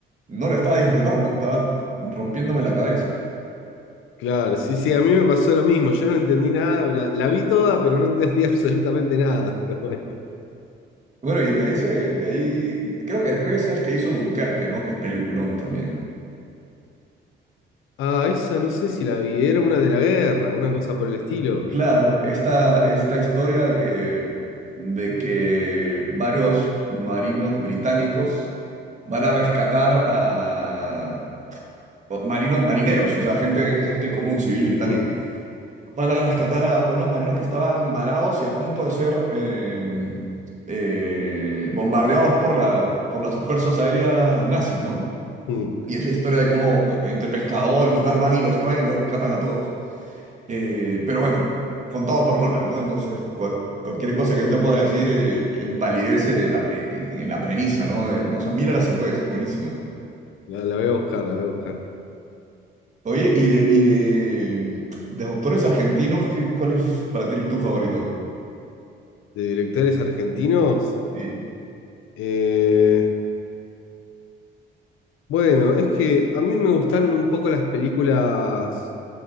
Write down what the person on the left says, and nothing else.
Claro, sí, sí, a mí me pasó lo mismo, yo no entendí nada, la, la vi toda, pero no entendí <laughs> absolutamente nada, pero bueno.
Ah, esa no sé si la vi, era una de la guerra, una cosa por el estilo.
Mm,
mm,
mm.
La, la voy a buscar, la voy a buscar.
¿De directores argentinos?
Eh, bueno, es que a mí me gustaron un poco las películas,